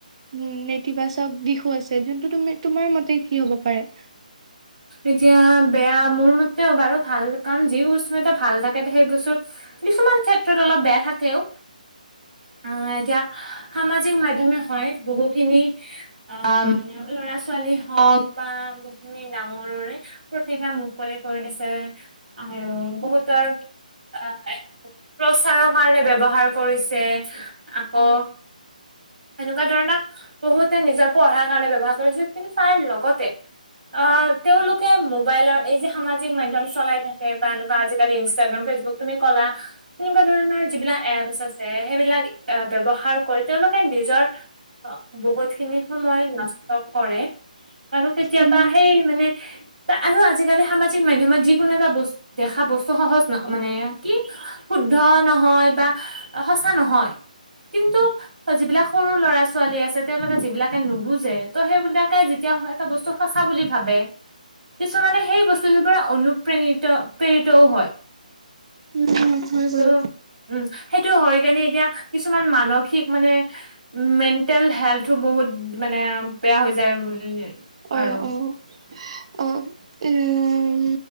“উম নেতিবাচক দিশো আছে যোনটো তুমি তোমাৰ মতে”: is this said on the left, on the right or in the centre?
Right